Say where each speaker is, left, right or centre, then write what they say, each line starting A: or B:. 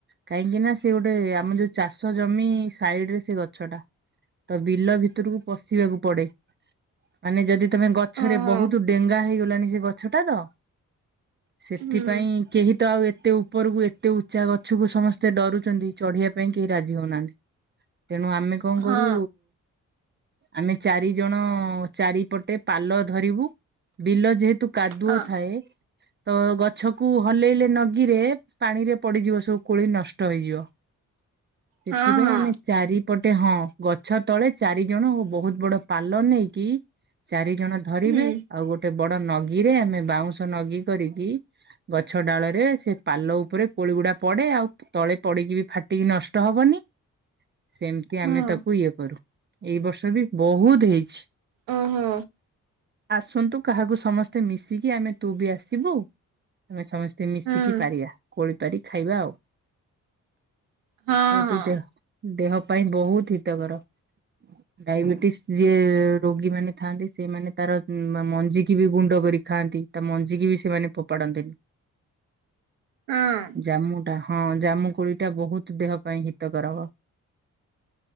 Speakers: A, on the right; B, on the right.
A: କାହିଁକି ନା ସେ ଗୋଟେ ଆମ ଯୋଉ ଚାଷ ଜମି ସାଇଡ ରେ ସେ ଗଛଟା। ତ ବିଲ ଭିତରକୁ ପଶିବାକୁ ପଡେ, ମାନେ ଯଦି ତମେ ଗଛରେ
B: ଓହୋ
A: ବହୁତ ଡେଙ୍ଗା ହେଇଗଲାଣି ସେ ଗଛଟା ତ, ସେଥିପାଇଁ
B: ହୁଁ
A: କେହି ତ ଆଉ ଏତେ ଉପରକୁ ଏତେ ଉଚ୍ଚା ଗଛକୁ ସମସ୍ତେ ଡରୁଛନ୍ତି ଚଢିବା ପାଇଁ କେହି ରାଜି ହଉନାହାନ୍ତି। ତେଣୁ ଆମେ କଣ କରୁ
B: ହଁ
A: ଆମେ ଚାରି ଜଣ ଚାରିପଟେ ପାଲ ଧରିବୁ ବିଲ ଯେହେତୁ କାଦୁଅ
B: ହଁ
A: ଥାଏ ତ ଗଛକୁ ହଲେଇଲେ ନଗିରେ ପାଣିରେ ପଡିଯିବ ସବୁ କୋଳି ନଷ୍ଟ ହେଇଯିବ। ସେଥିପାଇଁ
B: ହଁ ହଁ।
A: ଆମେ ଚାରି ପଟେ ହଁ ଗଛ ତଳେ ଚାରିଜଣ ଓ ବହୁତ ବଡ ପାଲ ନେଇକି ଚାରି ଜଣ ଧରିବେ
B: ହୁଁ।
A: ଆଉ ଗୋଟେ ବଡ ନଗୀରେ ଆମେ ବାଉଁଶ ନଗୀ କରିକି ଗଛ ଡାଳରେ ସେ ପାଲ ଉପରେ କୋଳି ଗୁଡା ପଡେ ଆଉ ତଳେ ପଡିକି ବି ଫାଟିକି ନଷ୍ଟ ହବନି। ସେମିତି ଆମେ
B: ହଁ।
A: ତାକୁ ଇଏ କରୁ। ଏଇ ବର୍ଷ ବି ବହୁତ ହେଇଛି।
B: ଓହୋ।
A: ଆସନ୍ତୁ କାହାକୁ ସମସ୍ତେ ମିଶିକି ଆମେ ତୁ ବି ଆସିବୁ, ଆମେ ସମସ୍ତେ ସେ ମିଶିକି
B: ହୁଁ
A: ପାରିବା କୋଳିପାରି ଖାଇବା ଆଉ,
B: ହଁ
A: ସେ
B: ହଁ
A: ବି ଦେହ ଦେହ ପାଇଁ ବହୁତ ହିତକର ଡାଇବେଟିସ ଯିଏ ରୋଗୀ ମାନେ ଥାନ୍ତି ସେମାନେ ତାର ମଞ୍ଜିିକି ବି ଗୁଣ୍ଡ କରି ଖାଆନ୍ତି ତା ମଞ୍ଜିିକି ବି ସେମାନେ ଫୋପାଡନ୍ତିନି।
B: ହଁ
A: ଜାମ୍ମୁ ହଁ ଜାମୁ କୋଳିଟା ବହୁତ ଦେହ ପାଇଁ ହିତକାର।